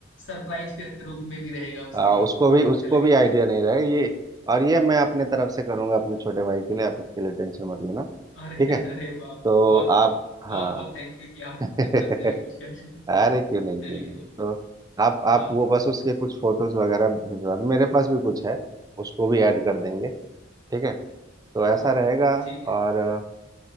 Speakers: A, on the left (about 80°); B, on the right (about 20°).
A: सरप्राइज के रूप में भी रहेगा उसके
B: आ,
A: लिए उसको
B: उसको
A: बहुत
B: भी उसको
A: अच्छा लगेगा
B: भी आइडिया नहीं रहेगा ये और ये मैं अपने तरफ से करूंगा अपने छोटे भाई के लिए आप इसके लिए टेंशन मत लेना
A: अरे
B: ठीक है
A: अरे वाह वाह
B: तो
A: बहुत
B: आप
A: बहुत
B: हाँ
A: बहुत बहुत थैंक यू कि आप
B: <laughs> अरे
A: अपनी तरफ से भी कुछ कंट्रीब्यूट
B: क्यों नहीं क्यों
A: चलिए
B: नहीं
A: ओ-
B: तो आप आप
A: हाँ
B: वो बस उसके कुछ फोटोज वगैरह भिजवा दो मेरे पास भी कुछ है उसको भी ऐड कर देंगे ठीक है तो ऐसा
A: ओके
B: रहेगा
A: ठीक है
B: और अ,